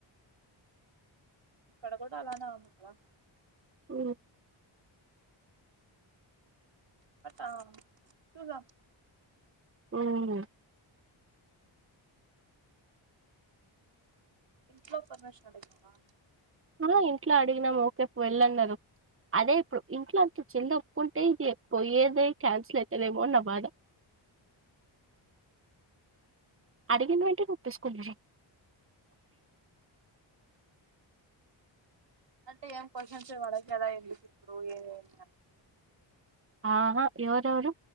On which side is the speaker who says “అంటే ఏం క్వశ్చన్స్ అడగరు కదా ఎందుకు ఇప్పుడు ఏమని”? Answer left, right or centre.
Right